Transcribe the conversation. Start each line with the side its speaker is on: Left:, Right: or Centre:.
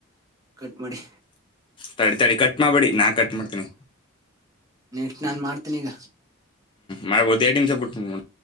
Right: ಕಟ್ ಮಾಡಿ
Left: ತಡಿ ತಡಿ ಕಟ್ ಮಾಡಬೇಡಿ ನಾನ್ ಕಟ್ ಮಾಡ್ತೀನಿ
Right: ನೆಕ್ಸ್ಟನಾನ್ ಮಾಡ್ತಿನಿ ಈಗ
Left: ಮಾಡ ಒಂದ ಎರಡ ನಿಮಿಷ ಬಿಟ್ಟ ಮಾಡ